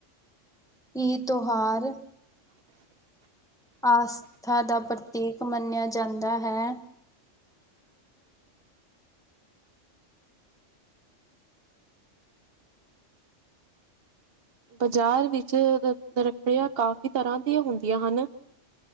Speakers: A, in the centre; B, on the right (about 50°).
A: ਇਹ ਤਿਉਹਾਰ ਆਸਥਾ ਦਾ ਪ੍ਰਤੀਕ ਮੰਨਿਆ ਜਾਂਦਾ ਹੈ
B: ਬਾਜ਼ਾਰ ਵਿੱਚ ਰੱਖੜੀਆ ਕਾਫ਼ੀ ਤਰ੍ਹਾਂ ਦੀਆਂ ਹੁੰਦੀਆਂ ਹਨ